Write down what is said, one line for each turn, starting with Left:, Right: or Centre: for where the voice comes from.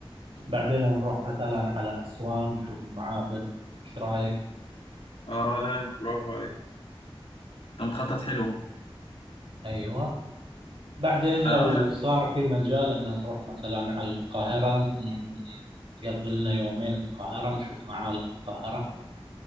Right: بعدين نروح مثلا على اسوان نشوف المعابد ايش رايك
Left: اه لا برافو عليك انت مخطط حلو اهو
Right: ايوه بعدين
Left: فاه
Right: لو
Left: لا
Right: صار في مجال ان نروح مثلا على القاهرة م- نقضي لنا يومين القاهرة نشوف معالم القاهرة